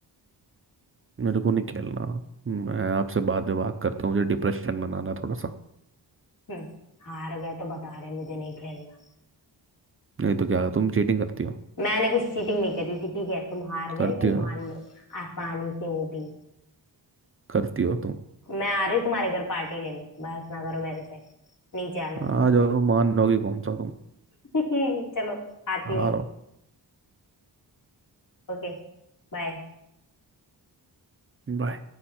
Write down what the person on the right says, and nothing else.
मेरे को नहीं खेलना मैं आपसे बाद में बात करता हूँ मुझे डिप्रेशन बनाना है थोड़ा सा
नहीं तो क्या तुम चीटिंग करती हो
करती
हो
करती हो तुम
आ जाओ मान लोगी कौन सा तुम
आ
रहा हूँ
Bye.